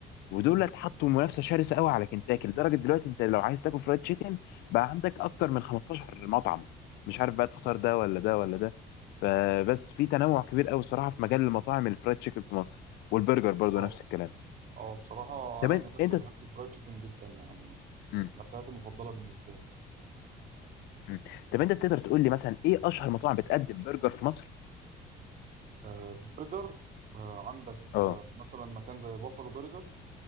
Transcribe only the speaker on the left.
ودول
اتحطوا منافسة شرسة قوي على كنتاكي لدرجة دلوقتي انت لو عايز تاكل فرايد تشيكن بقى عندك اكتر من 15 مطعم مش عارف بقى تختار ده ولا ده ولا ده فبس في تنوع كبير قوي الصراحة في مجال المطاعم الفرايد تشيكن في مصر والبرجر برضو
نفس الكلام
طب
انت
مم.
مم. طب انت تقدر تقول لي مثلا ايه اشهر مطاعم بتقدم برجر في مصر
اه